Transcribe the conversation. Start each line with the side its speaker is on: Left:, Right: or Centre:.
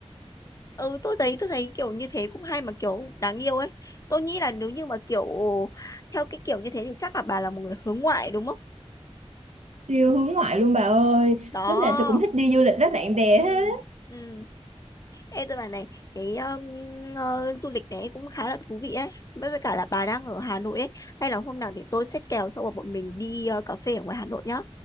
Left: ừ tôi thấy tôi thấy kiểu như thế cũng hay mà kiểu đáng yêu ấy tôi nghĩ là nếu như mà kiểu theo cái kiểu như thế thì chắc là bà là một người hướng ngoại đúng không
Right: Điều hướng ngoại luôn bà ơi
Left: đó
Right: lúc nào tôi cũng thích đi du lịch với bạn bè
Left: ừ
Right: hết
Left: ừ ê tôi bảo này cái um, ờ, du lịch này cũng khá là thú vị ấy với với cả là bà đang ở Hà Nội ấy hay là hôm nào để tôi xét kèo cho bọn mình đi ờ, cà phê ở ngoài Hà Nội nhá